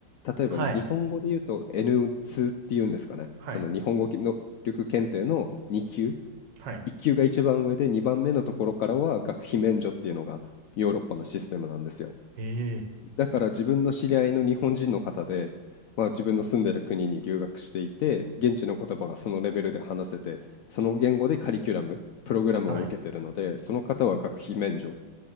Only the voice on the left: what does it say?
例えば日本語で言うと
N2 っていうんですかね。
その日本語能力検定の2級、
1級が一番上で2番目のところからは学費免除っていうのがヨーロッパのシステムなんですよ。
だから自分の知り合いの日本人の方で、まあ、自分の住んでる国に留学していて、現地の言葉がそのレベルで話せて、その言語でカリキュラム、プログラムを受けてるので、
その方は学費免除